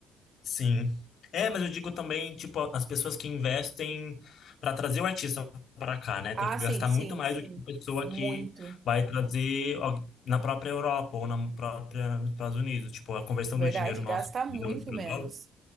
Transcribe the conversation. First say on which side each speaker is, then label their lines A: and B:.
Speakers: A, on the left; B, on the right.
A: Sim. É, mas eu digo também, tipo, as pessoas que investem para trazer o artista para cá, né?
B: Ah,
A: Tem que gastar
B: sim, sim,
A: muito mais
B: sim.
A: do que a pessoa
B: Muito.
A: que vai trazer al- na própria Europa ou na própria nos Estados Unidos, tipo, a conversão
B: Verdade,
A: do dinheiro nosso
B: gasta muito
A: do euro para
B: menos.
A: o dólar.